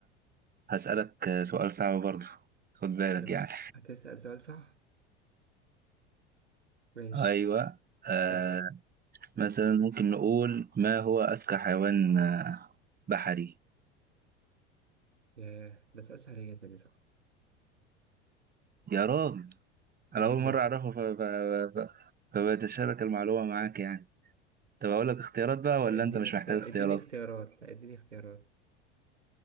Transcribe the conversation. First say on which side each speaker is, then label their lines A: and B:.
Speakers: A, on the right (about 25°); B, on the right (about 80°).
A: فهسألك سؤال صعب برضه خد بالك
B: أم،
A: يعني
B: هتسأل سؤال صح
A: <laughs>
B: ماشي
A: ايوه آه
B: اسأل
A: مثلا ممكن نقول ما هو اذكى حيوان آه، بحري
B: ياه ده سؤال سهل جدا يا صاحبي
A: يا راجل انا
B: جدا
A: اول مره
B: كده
A: اعرفه ف... ف... ف... فبتشارك المعلومه معاك يعني طب اقول لك اختيارات بقى ولا
B: اديني
A: انت مش
B: اختيار
A: محتاج اختيارات
B: اديني اختيارات لا اديني اختيارات